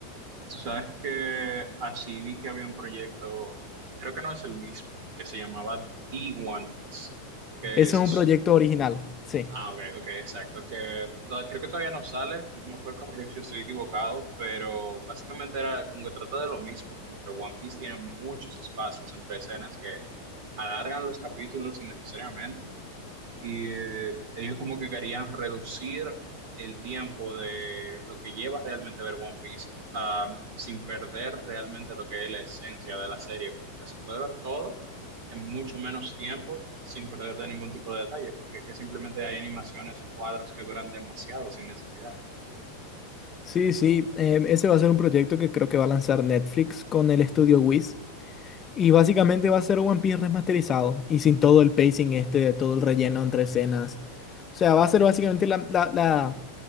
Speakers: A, on the right (about 60°); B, on the left (about 25°).
A: Tú sabes que así vi que había un proyecto, creo que no es el mismo, porque se llamaba The One Piece, que
B: Ese
A: ese
B: es un
A: es,
B: proyecto original, sí.
A: ah, ok, ok, exacto, que to- creo que todavía no sale, tú me puedes corregir si estoy equivocado, pero básicamente era como que trata de lo mismo, como que One Piece tiene muchos espacios entre escenas que alargan los capítulos innecesariamente y eh, ellos como que querían reducir el tiempo de lo que lleva realmente ver One Piece ah, sin perder realmente lo que es la esencia de la serie, como que se puede ver todo en mucho menos tiempo sin perder de ningún tipo de detalle, porque es que simplemente hay animaciones o cuadros que duran demasiado sin necesidad.
B: Sí, sí, em, ese va a ser un proyecto que creo que va a lanzar Netflix con el estudio Wiz. Y básicamente va a ser One Piece remasterizado y sin todo el pacing este, todo el relleno entre escenas. O sea, va a ser básicamente la, la, la-